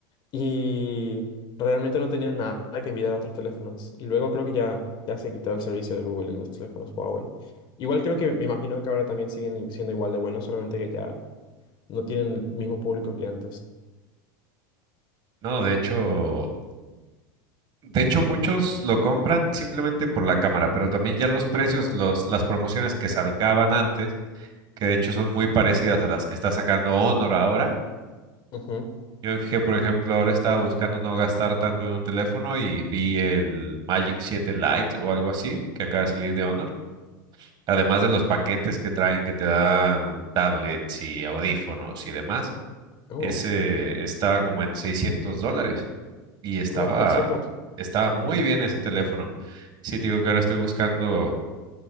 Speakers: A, on the left; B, on the right.
A: Y realmente no tenían nada que envidiar a otros teléfonos. Y luego creo que ya, ya se quitó el servicio de Google en los teléfonos Huawei. Igual creo que, me imagino que ahora también siguen i- siendo igual de buenos, solamente que ya no tienen el mismo público que antes.
B: No, de hecho, de hecho, muchos lo compran simplemente por la cámara, pero también ya los precios, los, las promociones que salcaban antes que de hecho son muy parecidas a las que está sacando Honor ahora.
A: Ujú.
B: Yo me fijé, por ejemplo, ahora estaba buscando no gastar tanto en un teléfono y vi el Magic 7 Lite o algo así que acaba de salir de Honor. Además de los paquetes que traen que te dan tablets y audífonos y demás,
A: Oh,
B: ese estaba como en 600 dólares y estaba,
A: oh, está súper.
B: estaba muy bien ese teléfono. Sí, te digo que ahora estoy buscando